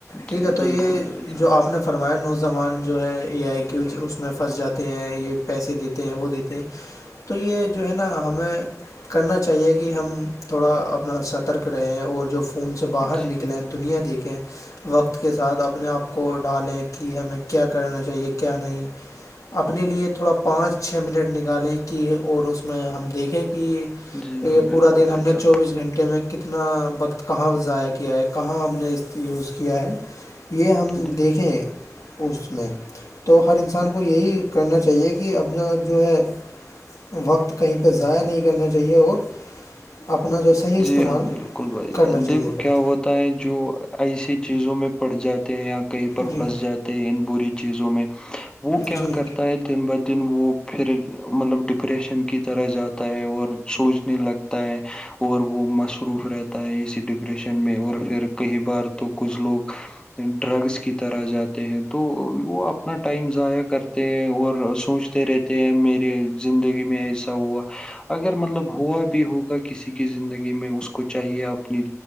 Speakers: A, on the left; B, on the left.
A: ٹھیک
B: جی
A: ہے تو یہ
B: بالکل بھائی جان
A: جو آپ نے فرمان نوجومان جو ہے یہ آئی کی اس میں پھنس جاتے ہیں یہ پیسے دیتے ہیں وہ دیتے تھے تو یہ جو ہے نا ہمیں کرنا چاہیے کہ ہم تھوڑا اپنا سترک رہیں اور جو فون سے باہر
B: جی
A: نکلیں دنیا دیکھیں وقت کے ساتھ اپنے آپ کو ڈھالیں کہ ہمیں کیا کرنا چاہیے کیا نہیں اپنے لیے تھوڑا پانچ چھ منٹ نکل الیں کی اور اس میں ہم دیکھیں کہ
B: جی
A: یہ
B: ہاں بالکل
A: پورا دن ہم
B: بھائی
A: نے
B: جان
A: چوبیس گھنٹے میں کتنا وقت کہاں ضائع کیا ہے کہاں ہم نے اس یوز کیا ہے یہ ہم
B: جی
A: دیکھیں اس میں تو ہر انسان کو یہی کرنا چاہیے کہ اپنا جو ہے وقت کہیں پہ ضائع نہیں کرنا چاہیے اور اپنا جو صحیح استعمال
B: جی ہاں بالکل بھائی
A: کرنا
B: جان
A: چاہیے
B: دیکھو
A: بٹ
B: کیا ہوتا ہے جو ایسی چیزوں میں پھٹ جاتے ہیں یا کہیں پر
A: جی
B: پھنس جاتے ہیں ان بری چیزوں میں وہ کیا
A: جی
B: کرتا ہے دن بہدن وہ پھر مطلب ڈپریشن کی طرح جاتا ہے اور سوچنے لگ ت اور وہ مصروف رہتا ہے اسی ڈپریشن میں اور پھر کئی بار تو کچھ لوگ ڈرگس کی طرح جاتے ہیں تو وہ اپنا ٹائم ضائع کرتے ہیں اور سوچتے رہتے ہیں میری زندگی میں ایسا ہوا اگر مطلب ہوا بھی ہوگا کسی کی زندگی میں اس کو چاہیے اپنی